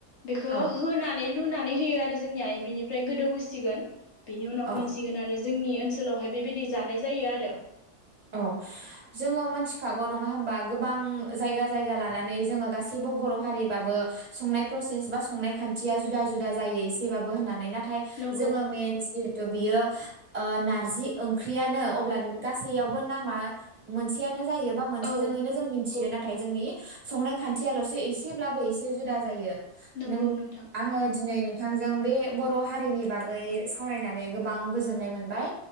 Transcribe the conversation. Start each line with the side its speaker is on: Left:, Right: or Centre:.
Left: बेखौ
Right: औ
Left: होनानै लुनानै होयो आरो जोंनिया बिनिफ्राय गोदौ होसिगोन बिनि उनाव
Right: औ
Left: मोनसिगोन आरो जोंनि ओनसोलाव बेहाय बेबायदि जानाय जायो आरो
Right: औ जोङो मोनसि खागौ नङा होमबा गोबां जायगा जायगा लानानै जोङो गासैबो बर' हारिबाबो संनाय प्रसेस बा संनाय खान्थिया जुदा जुदा जायो एसेबाबो होननानै ना थाय
Left: नंगौ
Right: जोङो मेन जिहेथु बियो ओ नारजि ओंख्रियानो अब्ला गा सै आवबो नामा मोनसेयनो जायोबा मोनसेजोङैनो
Left: औ नंगौ
Right: जों मिथियो नाथाय जोंनि संनाय खान्थियाल'सो एसेब्लाबो एसे जुदा जायो।
Left: नंगौ
Right: नों
Left: नोंथां
Right: आङो दिनै नों थांजों बे बर' हारिनि बागै सावरायनानै गोबां गोजोननाय मोनबाय